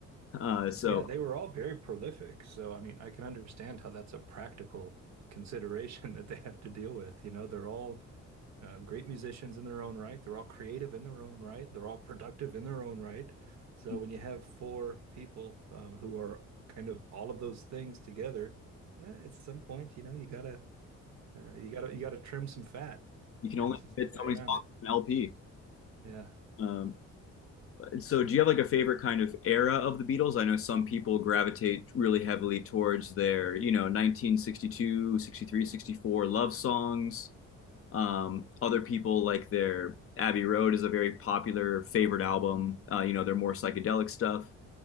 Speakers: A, on the left; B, on the right.
A: Uh, so
B: Yeah, they were all very prolific, so I mean, I can understand how that's a practical consideration <laughs> that they have to deal with. You know, they're all uh, great musicians in their own right. They're all creative in their own right. They're all productive in their own right. So
A: <laughs>
B: when
A: you
B: you have four people um, who are kind of all of those things together, eh, at some point, you know, you gotta uh, you gotta you gotta trim some fat.
A: can
B: And
A: only
B: there's just
A: fit
B: no way
A: so many
B: around
A: songs
B: it.
A: on an LP.
B: Yeah.
A: Um, so do you have like a favorite kind of era of the Beatles? I know some people gravitate really heavily towards their, you know, 1962, 63, 64 love songs. Um, other people like their Abbey Road is a very popular favorite album. Uh, you know, their more psychedelic stuff.